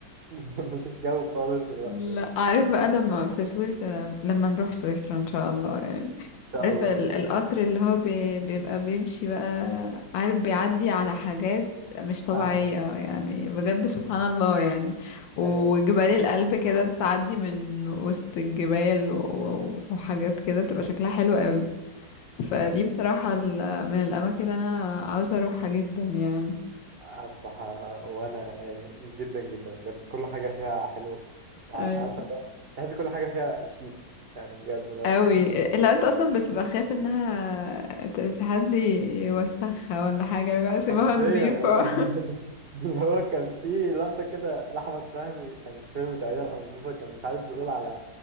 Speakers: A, on the right; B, on the left.
A: <laughs> مش الجو خالص دلوقتي
B: لا
A: يعني
B: عارف بقى لما في سويسرا لما نروح سويسرا ان شاء الله يعني
A: ان شاء
B: عارف
A: الله
B: ال- القطر اللي هو بي... بيبقى بيمشي بقى عارف بيعدي على حاجات مش طبيعية
A: آه
B: يعني بجد سبحان الله يعني وجبال
A: ايوه الص-
B: القلب كده تعدي من وسط الجبال و... و- وحاجات كده بتبقى شكلها حلو قوي فدي بصراحة ال- من الأماكن اللي أنا عاوزة أروحها جدا يعني
A: آه، الصراحه وانا يعني جدا جدا بجد كل حاجه فيها حلو عارفه
B: أي.
A: لو تحس كل حاجه فيها شيك يعني بجد لا
B: أوي لو أنت أصلا بتبقى خايف إنها ت- تهدي يوسخها ولا حاجة بقى
A: حرفيا
B: سيبها نضيفة
A: والله <laughs> اللي هو كان في لقطة كده لأحمد فهمي كان في فيلم تقريبا أو مسلسل كان مش عارف بيقول على